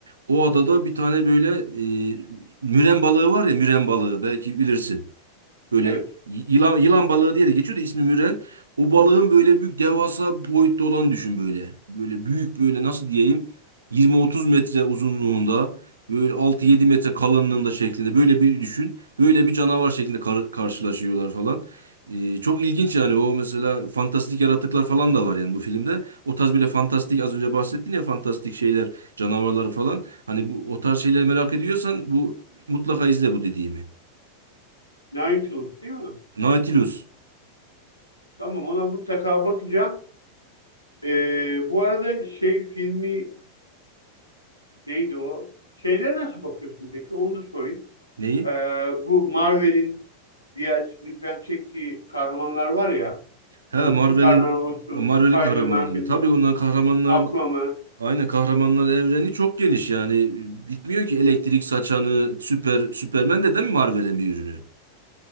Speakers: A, on the right; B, on the left.
A: O adada bir tane böyle e, müren balığı var ya müren balığı belki bilirsin. Böyle
B: Evet.
A: yılan yılan balığı diye de geçiyor da ismi Müren. O balığın böyle büyük devasa boyutta olan düşün böyle. Böyle büyük böyle nasıl diyeyim 20-30 metre uzunluğunda böyle 6-7 metre kalınlığında şeklinde böyle bir düşün. Böyle bir canavar şeklinde kar- karşılaşıyorlar falan. Ee, çok ilginç yani o mesela fantastik yaratıklar falan da var yani bu filmde. O tarz böyle fantastik az önce bahsettin ya fantastik şeyler, canavarlar falan. Hani bu o tarz şeyleri merak ediyorsan bu mutlaka izle bu dediğimi.
B: Nautilus değil mi?
A: Nautilus.
B: Tamam ona mutlaka bakacağım. Ee, bu arada şey filmi neydi o? Şeylere nasıl bakıyorsun peki? Onu da sorayım.
A: Neyi?
B: Ee, bu Marvel'in diğer lütfen çektiği kahramanlar var ya.
A: He
B: Hani
A: Marvel'in
B: Superman olsun,
A: Marvel'in
B: Spider-Man
A: kahramanları.
B: bilmem,
A: Tabii ondan kahramanlar
B: Aquaman.
A: aynı kahramanlar evreni çok geniş yani bitmiyor ki elektrik saçanı süper Superman de değil mi Marvel'in bir ürünü?